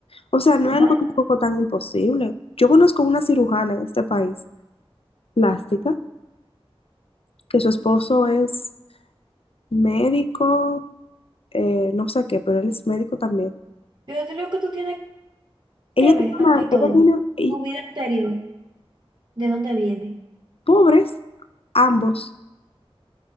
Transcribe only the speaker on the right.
Bueno,
yo te digo que tú tienes
que
ver,
ante todo,
tu vida anterior, de dónde viene.